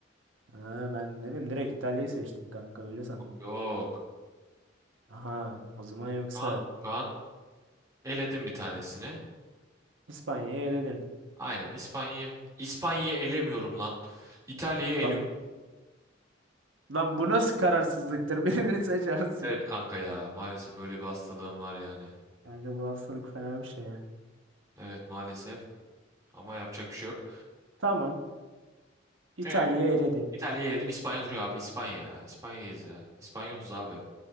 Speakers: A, on the right; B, on the right.
A: Ha ben dedim direkt İtalya'yı seçtin kanka. Öyle sandım.
B: Yok.
A: Aha o zaman yoksa
B: Şu an, şu an eledim bir tanesini.
A: İspanya'yı eledin.
B: Aynen. İspanya'yı. İspanya'yı elemiyorum lan. İtalya'yı eliyorum.
A: Lan, lan bu nasıl kararsızlıktır? <laughs> Birini seç artık.
B: Evet kanka ya. Maalesef öyle bir hastalığım var yani.
A: Kanka bu hastalık fena bir şey ya.
B: Evet maalesef. Ama yapacak bir şey yok.
A: Tamam. İtalya'yı
B: Ee?
A: eledin.
B: İtalya'yı yedim. İspanya duruyor abi. İspanya ya. İspanya'yız ya. İspanyoluz abi.